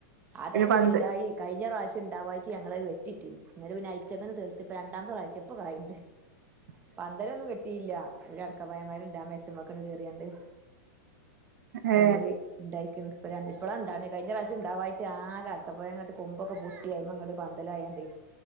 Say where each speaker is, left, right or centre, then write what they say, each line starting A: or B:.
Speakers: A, on the right; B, on the right.
A: ആ
B: പിന്നെ
A: തൈയ്യ്
B: പന്ത്
A: വലുതായി കഴിഞ്ഞ പ്രാവശ്യം ഇണ്ടാവായ്ട്ട് ഞങ്ങളത് വെട്ടിട്ടീന്ന് ഇന്നിട്ട് പിന്ന അയച്ച തീർത്ത് ഇപ്പം രണ്ടമത് പ്രാവശ്യം ഇപ്പ കായണ്ട്
B: <unintelligible>
A: പന്തലൊന്നും കെട്ടിയില്ല ഒരു അടക്കപ്പായമ്മരണ്ട് ആ മരത്ത്മ്മക്കൻ കേറീങ്ങാണ്ട്
B: ഏ
A: അയിമ്മൽ ഇണ്ടായിക്ക്ണ് ഇപ്പ രൺ ഇപ്പഴാ ഇണ്ടാണ് കഴിഞ്ഞ പ്രാവശ്യം ഇണ്ടാവായ്ട്ട് ആകെ അടക്കപ്പഴങ്ങട്ട് കൊമ്പൊക്കെ പോയി പോയി അതുമേൽ അങ്ങോട്ട് പന്തലായണ്ട്